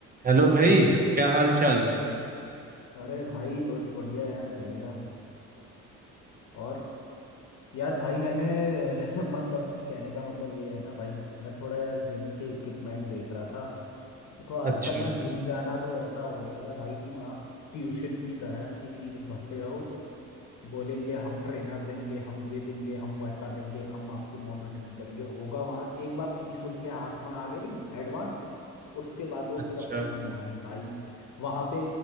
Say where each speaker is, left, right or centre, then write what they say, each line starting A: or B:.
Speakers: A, on the right; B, on the left.
A: Hello भाई क्या हाल चाल
B: अरे भाई बस बढ़िया यार बढ़िया और यार भाई मैंने <laughs> मतलब कि कहने का मतलब ये है ना भाई मैं थोड़ा यार जिम के इक्विपमेंट देख रहा था देखो आजकल
A: अच्छा
B: ना जिम जाना तो ऐसा हो गया है भाई कि वहाँ ट्यूशन की तरह की फीस भरते रहो बोलेंगे हम ट्रेनर देंगे हम ये देंगे हम वैसा देंगे हम आपको मॉनिटरिंग करेंगे होगा वहां एक बार फीस उनके हाथ में आ गई एडवांस उसके बाद वो
A: अच्छा
B: फिर अपनी मनमानी भाई वहां पे